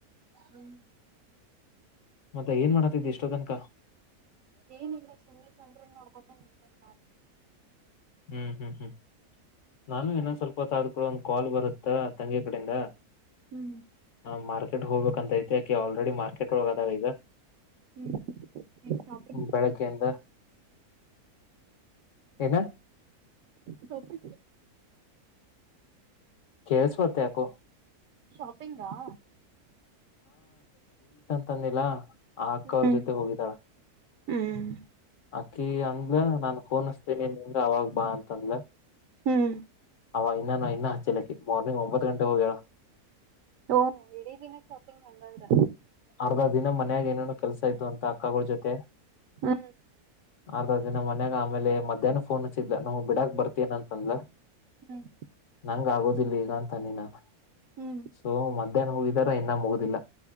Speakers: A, on the right; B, on the left.
A: ಹ್ಮ್
B: ಮತ್ತೆ ಏನ್ ಮಾಡತಿದ್ದ ಎಷ್ಟೋತನಕ
A: ಏನಿಲ್ಲ ಸುಮ್ಮನೆ ಚಂದ್ರನ್ ನೋಡ್ಕೋತ ನಿಂತನ್ ಮ್ಯಾಲ
B: ಹ್ಮ್ ಹ್ಮ್ ಹ್ಮ್ ನಾನು ಇನೊಂದ್ದ ಸ್ವಲ್ಪ ಆದಮ್ಯಲ್ ಕೂಡ ಒಂದ್ ಕಾಲ್ ಬರುತ್ತಾ ತಂಗಿ ಕಡಿಂದ
A: ಹ್ಮ್
B: ಹ ಮಾರ್ಕೆಟ್ ಹೋಗ್ಬೇಕಂತ ಐತಿ ಯಾಕೆ ಆಲ್ರೆಡಿ ಮಾರ್ಕೆಟ್ ಒಳಾಗ್ ಆದಾಳ ಈಗ
A: ಹ್ಮ್ ಏನ್ ಶಾಪಿಂಗ್
B: ಬೆಳಗ್ಗೆ ಇಂದ ಎನಾ
A: ಶಾಪಿಂಗ್
B: ಕೆಲ್ಸವಲ್ದ ಯಾಕೋ
A: ಶಾಪಿಂಗ ಆ
B: ತಂದಿಲ್ಲ ಆ ಅಕ್ಕ
A: ಹ್ಮ್
B: ಅವ್ರ ಜೊತೆ ಹೋಗಿದ್ದಾಳ
A: ಹ್ಮ್
B: ಅಕಿ ಅಂದ್ಲ ನಾನ್ ಫೋನ್ಸ್ತೀನಿ ನಿನ್ ಅವಾಗ್ ಬಾ ಅಂತ ಅಂದಲ
A: ಹ್ಮ್
B: ಅವ ಇನ್ನ ನಾ ಇನ್ನ ಹಚ್ಚಲಿಕ್ಕೆ ಮಾರ್ನಿಂಗ್ ಒಂಬತ್ತು ಗಂಟೆ ಹೋಗ್ಯಳ
A: ಓ ಇಡೀ ದಿನ ಶಾಪಿಂಗ್ ಹಂಗಾದ್ರ
B: ಅರ್ಧ ದಿನ ಮನ್ಯಾಗ ಏನೇನು ಕೆಲ್ಸ ಇದು ಅಂತ ಅಕ್ಕಗಳ ಜೊತೆ
A: ಹ್ಮ್
B: ಆ ದಿನ ಮನ್ಯಾಗ ಆಮೇಲಿ ಮಧ್ಯಾಹ್ನ ಫೋನ್ ಹಚ್ಚಿದ್ದ ನಾವು ಬಿಡಕ್ ಬರ್ತೀನ ಅಂತಂದ್ರ
A: ಹ್ಮ್
B: ನಂಗ್ ಆಗೋದಿಲ್ಲ ಈಗ ಅಂತಾನಿ ನಾನ್
A: ಹ್ಮ್
B: ಸೊ ಮಧ್ಯಾಹ್ನ ಹೋಗಿದಾರ ಇನ್ನ ಮುಗುದಿಲ್ಲ